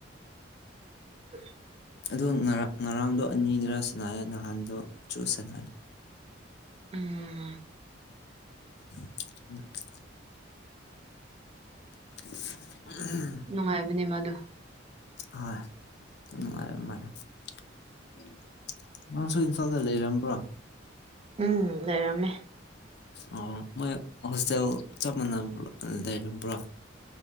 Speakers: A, on the right; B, on the left.
A: <unintelligible>
B: ꯑꯗꯨ ꯉꯔꯥꯡ ꯉꯔꯥꯡꯗꯣ ꯑꯅꯤꯅꯤꯔꯥ ꯁꯅꯥꯑꯦ ꯅꯍꯥꯟꯗꯣꯁꯨ ꯁꯅꯥꯑꯦ
A: ꯎꯝ
B: <unintelligible> <unintelligible>
A: ꯅꯨꯡꯉꯥꯏꯕꯅꯦ ꯃꯥꯗꯣ
B: ꯍꯣꯏ ꯗꯨꯝ ꯅꯨꯡꯉꯥꯏ <unintelligible> ꯅꯪꯁꯨ ꯏꯝꯐꯥꯜꯗ ꯂꯩꯔꯝꯕ꯭ꯔꯣ
A: ꯎꯝ ꯂꯩꯔꯝꯃꯦ
B: ꯑꯣ ꯃꯣꯏ ꯍꯣꯁꯇꯦꯜ ꯆꯞ ꯃꯥꯟꯅꯕ ꯂꯩꯔꯝꯕ꯭ꯔ